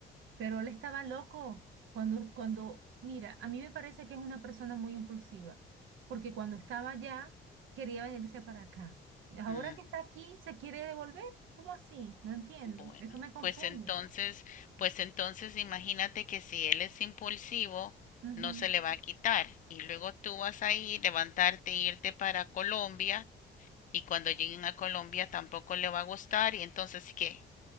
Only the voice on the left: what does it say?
Ujú,
Bueno,
pues entonces, pues entonces imagínate que si él es impulsivo,
no se le va a quitar y luego tú vas a ir, levantarte, e irte para Colombia y cuando lleguen a Colombia tampoco le va a gustar y entonces ¿qué?